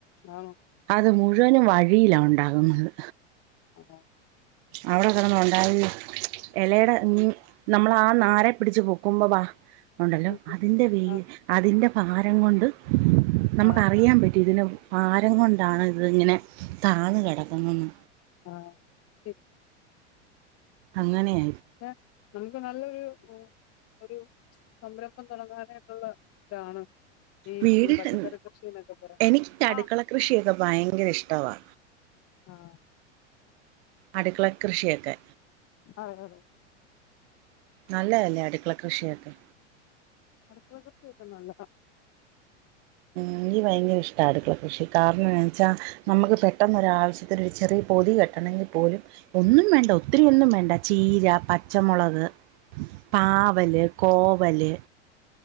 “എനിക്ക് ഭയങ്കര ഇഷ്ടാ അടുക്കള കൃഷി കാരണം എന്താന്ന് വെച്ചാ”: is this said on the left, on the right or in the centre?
Right